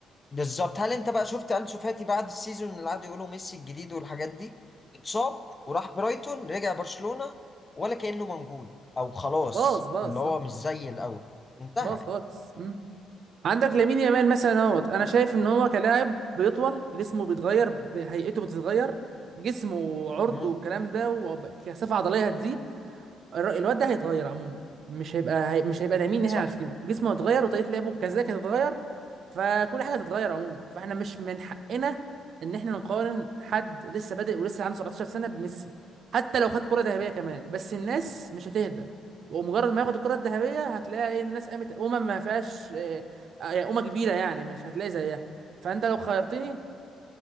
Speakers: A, on the left (about 25°); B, on the right (about 60°).
A: بالظبط هل انت بقى شفت انسو فاتي بعد السيزون اللي قعدوا يقولوا ميسي الجديد والحاجات دي اتصاب وراح برايتون رجع برشلونة ولا كأنه موجود او خلاص
B: باظ باظ
A: اللي هو
B: اه
A: مش زي الاول انتهى
B: باظ خالص مم. عندك لامين يامال مثلا اهوت انا شايف ان هو كلاعب بيطول جسمه بيتغير ب- هيئته بتتغير جسمه وعرضه
A: مم،
B: والكلام ده وكثافه عضليه هتزيد الر- الواد ده هيتغير عموما مش هيبقى هي... مش هيبقى ده مين اللي
A: صح
B: احنا عارفينه جسمه هيتغير وطريقه لعبه كذلك هتتغير فكل حاجه هتتغير عموما فاحنا مش من حقنا ان احنا نقارن حد لسه بادئ ولسه عنده 17 سنه بميسي حتى لو خد كره ذهبيه كمان بس الناس مش هتهدى ومجرد ما ياخد الكره الذهبيه هتلاقي ايه الناس قامت امم ما فيهاش آه، آه، امه كبيره يعني مش هتلاقي زيها فانت لو خيرتني